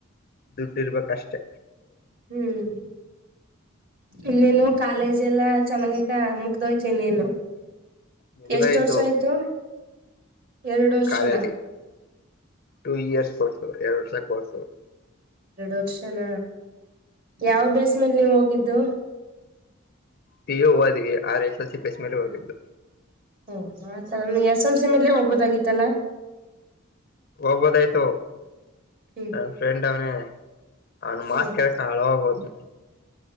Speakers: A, on the left; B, on the right.
A: ದುಡ್ಡು ಇರ್ಬೇಕ ಅಷ್ಟೇ
B: ಹ್ಮ್ ಇನ್ನೇನು ಕಾಲೇಜ್ ಎಲ್ಲಾ ಚೆನ್ನಾಗ ಐತ ಮುಗ್ದೋಯತೆತನೇನು
A: ಮುಗ್ದಾಯ್ತು
B: ಎಷ್ಟ ವರ್ಷ ಆಯ್ತು ಎರಡು ವಷನಾ
A: ಕಾಲೇಜ್ ಟೂ ಇಯರ್ಸ್ ಕೊರ್ಸು ಎರಡು ವರ್ಷ ಕೊರ್ಸು
B: ಎರಡು ವರ್ಷನ ಯಾವ ಬೇಸ್ ಮಲ್ ನೀವು ಹೋಗಿದ್ದು
A: ಪಿ ಎ ಹದ್ವಿ R S L C pass ಮೇಲೆ ಹೋಗಿದ್ದು
B: ಓ ಆತರ ನೀ ಎಸ್ ಎಲ್ಸ ಮೇಲೆ ಹೋಗಬೋದಾಗಿತ್ತಲ್ಲಾ
A: ಹೋಗ್ಬೋದಾಯ್ತು
B: ಹ್ಮ್
A: ನನ್ನ ಫ್ರೆಂಡ್ ಅವನೇ ಅವನು
B: ಹ್ಮ್
A: ಮಾತ್ ಕಳ್ಕ್ ಹಾಳ ಹೋಗೋದು